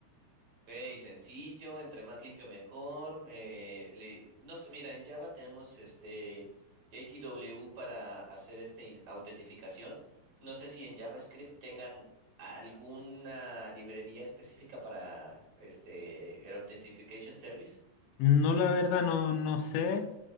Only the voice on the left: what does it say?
No, la verdad, no, no sé.